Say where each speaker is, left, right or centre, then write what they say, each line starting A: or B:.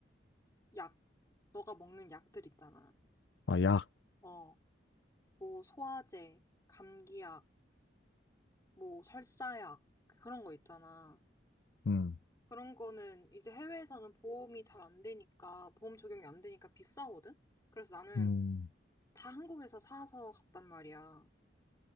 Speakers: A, on the left; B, on the left.
A: 약, 너가 먹는 약들 있잖아.
B: 아, 약.
A: 어, 뭐 소화제, 감기약, 뭐 설사약, 그런 거 있잖아.
B: 응.
A: 그런 거는 이제 해외에서는 보험이 잘 안 되니까, 보험 적용이 안 되니까 비싸거든? 그래서 나는
B: 음.
A: 다 한국에서 사서 갔단 말이야.